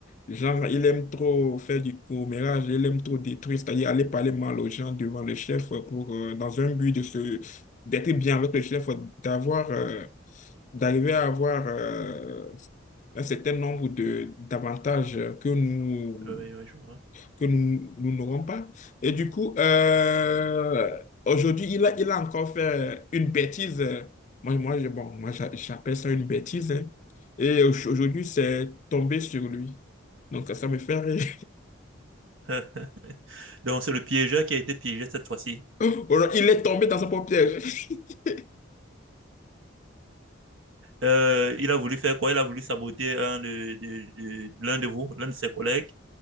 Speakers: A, on the left; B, on the right.
A: Genre, il aime trop faire du commérage, il aime trop détruire, c'est-à-dire aller parler mal aux gens devant le chef pour, euh, dans un but de se, d'être bien avec le chef, d'avoir, euh, d'arriver à avoir, euh, un certain nombre de d'avantages que nous
B: Ouais, ouais, je vois.
A: que nous, nous n'aurons pas. Et du coup, euh, aujourd'hui, il a, il a encore fait une bêtise. Moi, moi, je- bon, moi, j'a- j'appelle ça une bêtise. hein. Et au- aujourd'hui, c'est tombé sur lui. Donc, ça me fait rire.
B: <laughs> Donc, c'est le piégeur qui a été piégé cette fois-ci.
A: <laughs> Alors, il est tombé dans son propre piège. <laughs>
B: Euh, il a voulu faire quoi? Il a voulu saboter un de, de- de- l'un de vous, l'un de ses collègues,